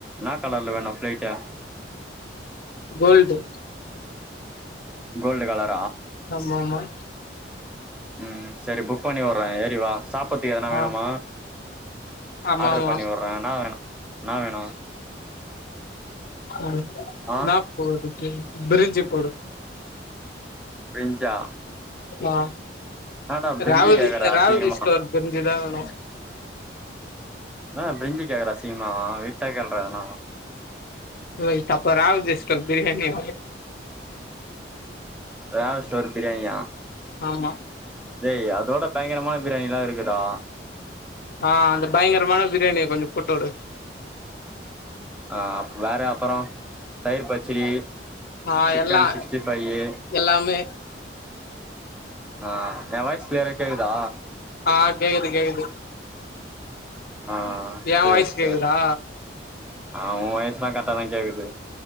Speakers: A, in the centre; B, on the left (about 50°).
A: நா கலர்ல தான ஃபிளைட்டு
B: கோல்டு
A: கோல்டு கலர்
B: ஆமாமா
A: ம் சரி புக் பண்ணி வுர்றே எ ரி வா சாப்பத்துகு எதனா வேணுமா
B: ஆ ஆமா
A: ஆர்டரு
B: ஆமா
A: பண்ணி வுட்றே என்னா வேணு னா வேணு
B: ம்
A: ஆ
B: நாப்போது பிரிஞ்சி போடு
A: பிரிஞ்சா
B: நா
A: என்னடா பிரிஞ்சு
B: ராவதி
A: கேக்குற
B: ராவதி
A: அசிங்கமா
B: ஸ்டோர் பிரிஞ்சி தா வேணு
A: நானா பிரிஞ்சு கே. குற அசிங்கமா வெயிட்டா கேள்றா எதனா
B: வயிட் அப்ப ராவதி ஸ்டோர் பிரியாணி
A: ராவதி ஸ்டோர் பிரியாணியா
B: ஆமா
A: டேய் அ தோட பயங்கரமான பிரியாணிலா இருக்கு டா
B: ஆ அந்த பயங்கரமான பிரியாணிய கொஞ்சொ போட்டுடு
A: ஆ அப் வேற அப்பறொ தயிர் பச்சடி
B: ஆ
A: சிக்கன்
B: எல்லா
A: சிக்ஸ்டி ஃபையி
B: எல்லாமே
A: ஆ எ வாய்ஸ் கிளியரா கேக்குதா
B: ஆ கேக்குது கேக்குது
A: ஆ
B: ஏ
A: சேர்
B: வாய்ஸ் கேக்குதா
A: சேரி ஆ ஓ வாய்ஸ்லா கரட்டாதா கேக்குது